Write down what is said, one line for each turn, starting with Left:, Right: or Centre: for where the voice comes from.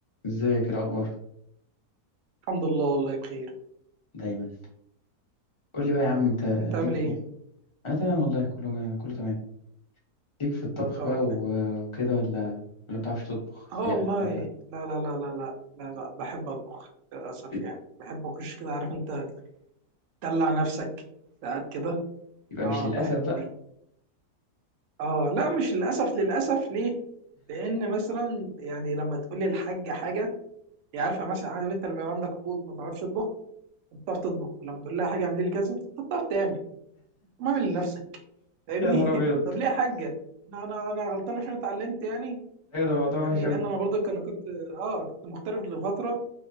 Left: ازيك إيه الاخبار
Right: الحمد لله والله بخير
Left: دايما قول لي بقى يا عم انت
Right: انت عامل
Left: ليك في
Right: ايه
Left: ال... انا تمام والله كله ما... كله تمام ليك في الطبخ
Right: يا
Left: بقى
Right: رب
Left: و...
Right: ده
Left: وكده ولا ولا بتعرفش تطبخ
Right: اه والله
Left: زي اغلبنا
Right: لا لا لا لا لا لا لا بحب اطبخ للاسف
Left: بت...
Right: يعني بحب اخش كده عارف انت تدلع نفسك ساعات كده
Left: يبقى
Right: اه
Left: مش للاسف
Right: بحب
Left: بقى
Right: دي اه لا مش للاسف للاسف ليه لان مثلا يعني لما تقول لي الحاجه حاجه هي عارفه مثلا عارف انت لما يبقى عندك اخوك ما بتعرفش تطبخ انت بتعرف تطبخ لما تقول لها حاجه اعملي لي كذا انت بتعرف تعمل ما اعمل لنفسك فاهمني
Left: يا نهار ابيض
Right: <laughs> طب ليه يا حاجه انا انا أنا غلطان عشان اتعلمت يعني
Left: ايوه ده موضوع
Right: فاهمني
Left: وحش قوي
Right: لان انا برضك انا كنت اه كنت مغترب لفتره